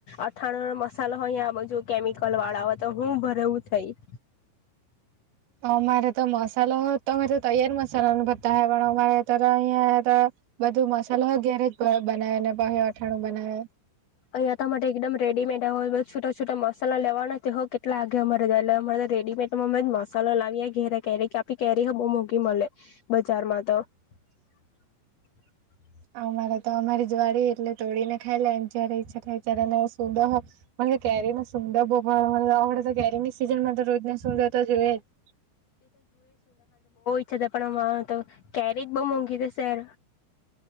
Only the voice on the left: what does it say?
અથાણ નો મસાલો હોય અં બધુ કેમિકલ વાળા હોય, તો હું ભરેવું થઈ <unintelligible>
અહીંયાં માટે એકદમ રેડીમેડ આવ હોય છૂટા છૂટા મસાલા લેવાના હોય, કેટલા આગે અમારે રેડીમેટ માં જ મસાલો લાવી ઘેરે કેરી કે આપી, કેરી હ બહ મોઘી મળે બજારમાં તો <unintelligible>
છતાં પણ તો કેરીજ બઉુ મોંઘી તોશેેર